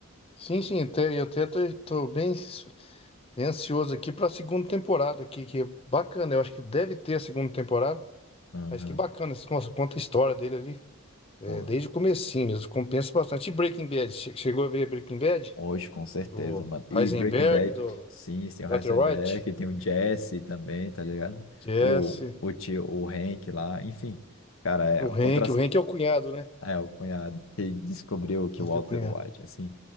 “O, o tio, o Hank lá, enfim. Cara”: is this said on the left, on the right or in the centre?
Left